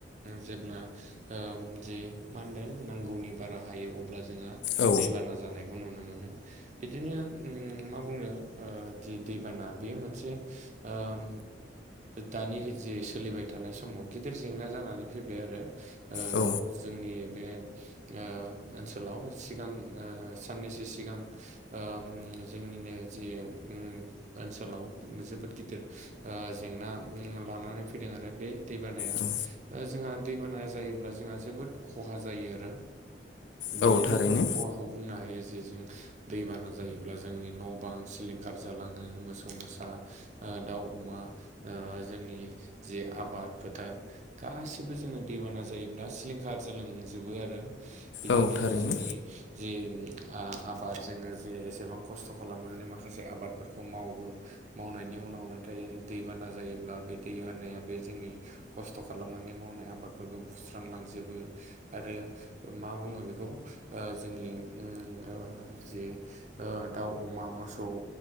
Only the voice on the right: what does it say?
जेब्ला जे मा होनदों नांगौनि बारा हायो अब्ला जोंहा
दैबाना जानायखौ नुनो मोनो बिदिनो उम मा बुंनो ओ जि दैबाना बेयो मोनसे ओम दानि जे सोलिबाय थानाय समाव गिदिर जेंना जानानै फैबाय आरो ओ
जोंनि बे ओ ओनसोलाव सिगां ओ साननैसो सि सिगां ओम जोंनिनो जि <unintelligible> ओनसोलाव जोबोद गिदिर ओ जेंना लानानै फैदों आरो बे दैबा
ओ जोंहा दैबानाया जायोब्ला जोंहा जोबोद खहा जायो आरो
बिदिनो
जोङो खहाखौ बुंनो हायो जे जों दैबाना जायोब्ला जोंनि न' बां सिलिंखार जालाङो मोसौ मोसा ओ दाउ अमा ओ जोंनि जि आबाद फोथार गासिबो जोङो दैबाना जायोब्ला सिलिंखार जालांजोबो आरो बिदिनो
जोंनि जि आ आबाद जोङो जे एसेबां खस्थ' खालामनानै माखासे आबादफोरखौ मावो। मावनायनि उनाव नाथाय दैबाना जायोब्ला बे दैबानाया बे जोंनि खस्थ' खालामनानै मावनाय आबादफोरखौ बुस्रांलांजोबो। आरो मा बुङो बेखौ ओ जोंनि <unintelligible> जि ओ दाउ, अमा, मोसौ